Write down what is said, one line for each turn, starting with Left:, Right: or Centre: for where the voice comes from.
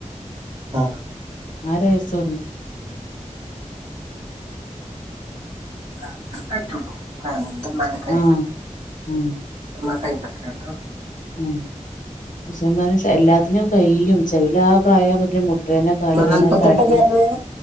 Right: ആ
Left: ആരായിസോ
Right: ആ ത്ര ക്കായി ള്ളു എന്റെമ്മ വയസ്സ്
Left: ആഹ്
Right: എന്റെ
Left: ആഹ്
Right: മ്മക്ക് അമ്പത്തിരണ്ടും
Left: ഉ പക്ഷെ എന്താണ് എല്ലാത്തിനും കഴിയും ചെല പ്രായം മുതലേ മുട്ടുവേന കാലുവേന
Right: നാല്പത്തെട്ട്
Left: തടി
Right: ചേർന്ന്